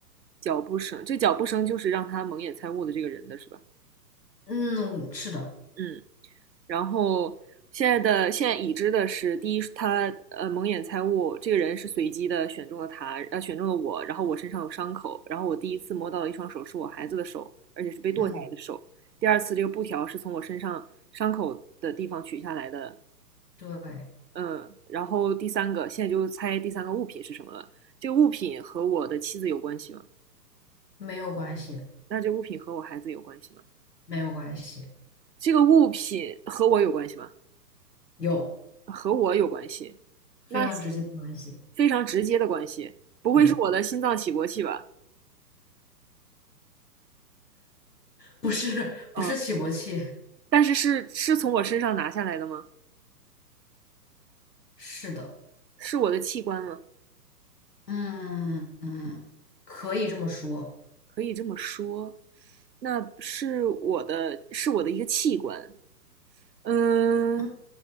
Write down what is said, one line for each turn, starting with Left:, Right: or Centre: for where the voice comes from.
Right: 脚步声，这脚步声就是让他蒙眼猜物的这个人的是吧？
Left: 嗯，是的。
Right: 嗯，然后现在的现在已知的是，第一，他呃蒙眼猜物这个人是随机的选中了他，呃选中了我，然后我身上有伤口，然后我第一次摸到的一双手是我孩子的手，而且是被剁下来的手。
Left: 嗯，
Right: 第二次这个布条是从我身上伤口的地方取下来的，
Left: 对，
Right: 嗯，然后第三个，现在就猜第三个物品是什么了。这个物品和我的妻子有关系吗？
Left: 没有关系，
Right: 那这个物品和我孩子有关系吗？
Left: 没有关系，
Right: 这个物品和我有关系吗？
Left: 有
Right: 和我有关系，
Left: 非常直接的关系。
Right: 那是非常直接的关系，不会是我的心脏起搏器吧？
Left: 对，不是不是起搏器，
Right: 嗯，但是是是从我身上拿下来的吗？
Left: 是的。
Right: 是我的器官吗？
Left: 嗯嗯，可以这么说。
Right: 可以这么说，那是我的，是我的一个器官。嗯，
Left: 嗯